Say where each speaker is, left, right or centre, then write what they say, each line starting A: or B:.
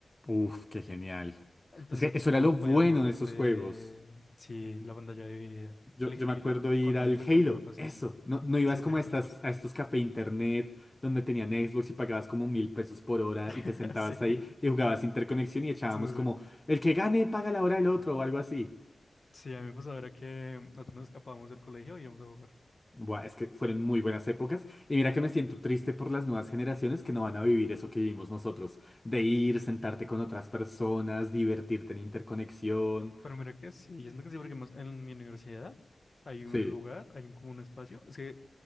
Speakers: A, on the left (about 20°); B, on the left (about 45°).
A: Uf, qué genial.
B: Entonces,
A: Es que eso
B: digamos,
A: era lo bueno
B: podías volverte,
A: de esos juegos.
B: sí, la pantalla dividida.
A: Yo,
B: El
A: yo me acuerdo
B: Halo
A: ir
B: con un
A: al
B: amigo
A: Halo,
B: también me lo pasé.
A: eso. No, no ibas
B: Sí,
A: como
B: <laughs> también
A: a, estas,
B: me lo pasé.
A: a estos café internet donde tenían Xbox y pagabas como mil pesos por hora
B: <laughs>
A: y te sentabas
B: Así.
A: ahí y jugabas interconexión y echábamos
B: Sí,
A: como
B: sí.
A: el que gane paga la hora del otro o algo así.
B: Sí, a mí me pasaba era que nosotros nos escapábamos del colegio y íbamos a jugar.
A: Buah, es que fueron muy buenas épocas y mira que me siento triste por las nuevas generaciones que no van a vivir eso que vivimos nosotros, de ir, sentarte con otras personas, divertirte en interconexión.
B: Pero mira que sí, yo siento que sí, porque más en mi universidad hay un
A: Sí,
B: lugar, hay un, como un espacio. Es que